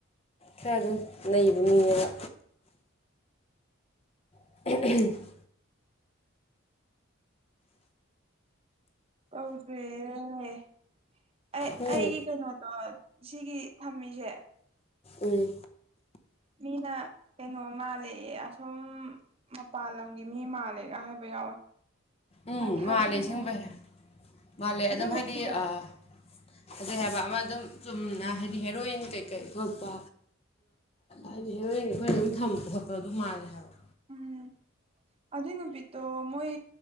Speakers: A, on the left; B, on the right.
A: ꯈꯔ ꯑꯗꯨꯝ ꯅꯩꯕ ꯃꯤꯅꯦꯕ <inaudible>
B: ꯀꯧ <inaudible> ꯑꯩ
A: ꯎꯝ
B: ꯑꯩꯒꯤ ꯀꯩꯅꯣꯗꫭ ꯁꯤꯒꯤ ꯊꯝꯃꯤꯁꯦ
A: ꯎꯝ
B: ꯃꯤꯅ ꯀꯩꯅꯣ ꯃꯥꯜꯂꯌ° ꯑꯁꯣꯝ ꯃꯄꯥꯜ ꯂꯝꯒꯤ ꯃꯤ ꯃꯥꯜꯂꯦꯒ ꯍꯥꯏꯕ ꯌꯥꯎꯋꯦ
A: ꯎꯝ
B: ꯊꯥꯏꯁꯤꯡꯅ
A: ꯃꯥꯜꯂꯦ ꯑꯁ°ꯡꯕꯩ ꯃꯥꯜꯂꯦ
B: ꯑꯁꯦꯡꯕ
A: ꯑꯗꯨꯝ ꯍꯥꯏꯗꯤ
B: ꯐꯖꯕ
A: ꯑꯥ ꯐꯖꯩ ꯍꯥꯏꯕ ꯑꯃ ꯑꯗꯨꯝ ꯆꯨꯝꯅ ꯍꯥꯏꯗꯤ ꯍꯦꯔꯣꯏꯟ ꯀꯩꯀꯩ ꯈꯣꯛꯄ ꯍꯥꯏꯗꯤ ꯍꯦꯔꯣꯏꯦꯟ ꯑꯩꯈꯣꯏꯅ ꯑꯗꯨꯝ ꯊꯝꯕ ꯈꯣꯠꯄ ꯑꯗꯨꯝ ꯃꯥꯜꯂꯦ ꯍꯥꯏꯕ
B: ꯎꯝ ꯑꯗꯨꯏ ꯅꯨꯄꯤꯠꯇꯣ ꯃꯣꯏ